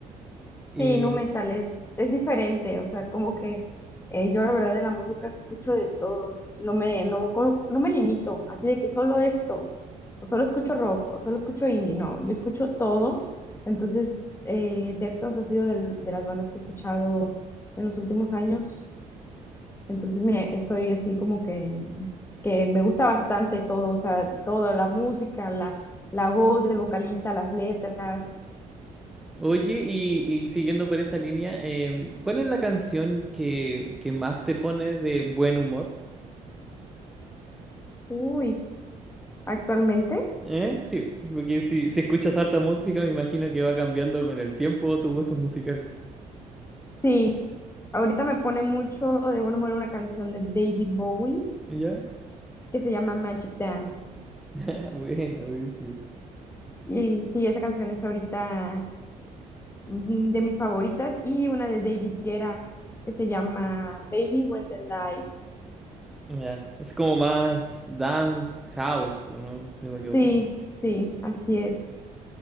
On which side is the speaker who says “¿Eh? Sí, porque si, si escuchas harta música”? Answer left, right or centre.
Centre